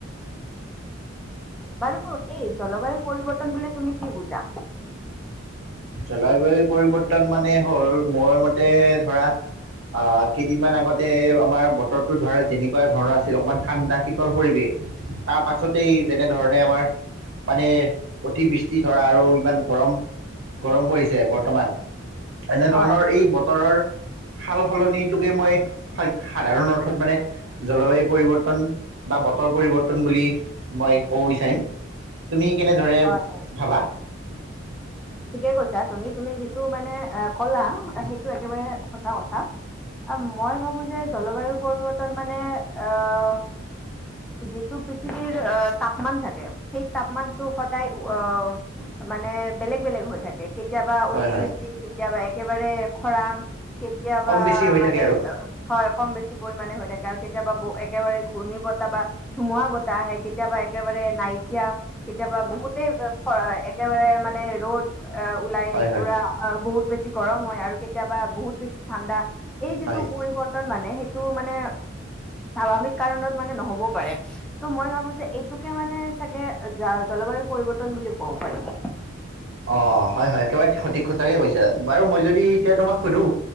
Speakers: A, in the centre; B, on the right.
A: বাৰু এই জলবায়ু পৰিৱৰ্তন বুলি তুমি কি বুজা?
B: জলবায়ুৰ পৰিৱৰ্তন মানে হ'ল মোৰ মতে ধৰা আহ কেইদিনমান আগতে আমাৰ বতৰটো ধৰা যেনেকুৱা ধৰণৰ আছিল অকমান ঠাণ্ডা শীতল পৰিৱেশ তাৰ পাছতেই যেনে ধৰণে আমাৰ মানে অতিবৃষ্টি ধৰা আৰু ইমান গৰম গৰম পৰিছে বৰ্তমান এনেধৰণৰ
A: হয়
B: এই বতৰৰ সাল সলনিটোকে মই সাধাৰণ অৰ্থত মানে জলবায়ু পৰিৱৰ্তন বা বতৰ পৰিৱৰ্তন বুলি মই ক'ব বিচাৰিম। তুমি কেনেদৰে
A: হয়।
B: ভাবা?
A: ঠিকেই কৈছা তুমি তুমি যিটো মানে ক'লা সেইটো একেবাৰে সঁচা কথা মই ভাবো যে জলবায়ু পৰিৱৰ্তন মানে আহ যিটো পৃথিৱীৰ তাপমান থাকে সেই তাপমানটো সদায় আহ মানে বেলেগ বেলেগ হৈ থাকে কেতিয়াবা অতি
B: হয় হয়
A: বৃষ্টি কেতিয়াবা এক একেবাৰে খৰাং কেতিয়াবা
B: কম বেছি হৈ
A: মানে
B: থাকে আৰু
A: হয় কম বেছি পৰিমাণে হৈ থাকে আৰু কেতিয়াবা ব একেবাৰে ঘূৰ্ণী বত কেতিবা ধুমুহা বতাহ আহে কেতিয়াবা একেবাৰে নাইকা এতিয়া কেতিয়াবা বহুতেই একেবাৰে মানে ৰ'দ অ ওলাই
B: হয় হয়
A: পুৰা অ বহুত বেছি গৰম হয় আৰু কেতিয়াবা বহুত ঠাণ্ডা এই যিটো
B: হয়
A: পৰিৱৰ্তন মানে সেইটো মানে স্বাভাৱিক কাৰণত মানে নহ'বও পাৰে ত মই ভাবো যে এইটোকে মানে নে জলবায়ু পৰিৱৰ্তন বুলি ক'ব পাৰি
B: অ হয় হয় একেবাৰে সঠিক কথাকে কৈছা বাৰু মই যদি এতিয়া তোমাক সুধো